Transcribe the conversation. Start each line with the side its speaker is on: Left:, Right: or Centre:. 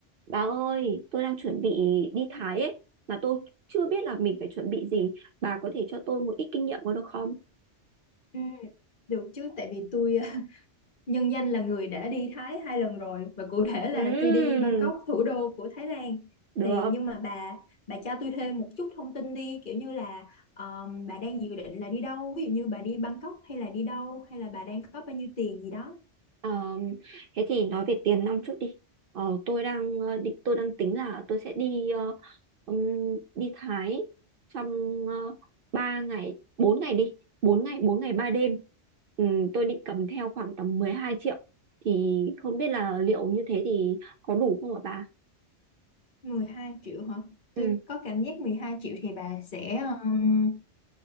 Right: Bà ơi, tôi đang chuẩn bị đi Thái ấy, mà tôi chưa biết là mình phải chuẩn bị gì. Bà có thể cho tôi một ít kinh nghiệm có được không?
Left: Ừ, được chứ tại vì tôi <laughs> nhân danh là người đã đi Thái hai lần rồi và cụ thể là
Right: Ừm,
Left: tôi đi Bangkok thủ đô của Thái Lan
Right: được.
Left: thì nhưng mà bà bà cho tôi thêm một chút thông tin đi kiểu như là um, bà đang dự định là đi đâu ví dụ như bà đi Bangkok hay là đi đâu hay là bà đang có bao nhiêu tiền gì đó
Right: Ờm, thế thì nói về tiền nong trước đi. Ờ, tôi đang ờ, định, tôi đang tính là tôi sẽ đi ờ, ừm, đi Thái trong uh, 3 ngày, 4 ngày đi, bốn ngày, 4 ngày 3 đêm. Ừm, tôi định cầm theo khoảng tầm 12 triệu. Thì không biết là liệu như thế thì có đủ không ạ bà?
Left: mười hai triệu hả tôi
Right: Ừ,
Left: có cảm giác 12 triệu thì bà sẽ um,